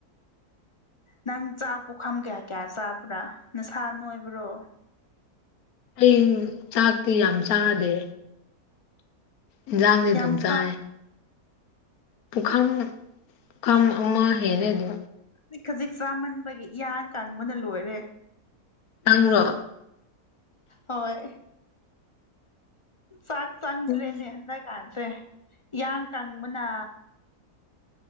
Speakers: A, on the left (about 40°); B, on the left (about 70°).
A: ꯅꯪ ꯆꯥꯛ ꯄꯣꯛꯈꯝ ꯀꯌꯥ ꯀꯌꯥ ꯆꯥꯕ꯭ꯔꯥ ꯅꯁꯥ ꯅꯣꯏꯕ꯭ꯔꯣ
B: ꯑꯩ ꯆꯥꯛꯇꯤ ꯌꯥꯝ ꯆꯥꯗꯦ ꯏꯟꯁꯥꯡꯗꯤ ꯑꯗꯨꯝ
A: ꯌꯥꯝ ꯆꯥ
B: ꯆꯥꯏ ꯄꯨꯈꯥꯝ ꯄꯨꯈꯥꯝ ꯑꯃꯃ ꯍꯦꯔꯦ ꯑꯗꯨ
A: ꯍꯧꯛ ꯈꯖꯤꯛ ꯆꯥꯃꯟꯕꯒꯤ ꯏꯌꯥꯡ ꯀꯥꯡꯪꯕꯅ ꯂꯣꯏꯔꯦ
B: ꯅꯪ꯭ꯔꯣ
A: ꯍꯣꯏ ꯆꯥꯛ ꯆꯪ
B: ꯎꯝ
A: ꯗ꯭ꯔꯦꯅꯦ ꯍꯗꯔꯀꯥꯥꯟ ꯦ ꯏꯌꯥꯡ ꯀꯪꯕꯅ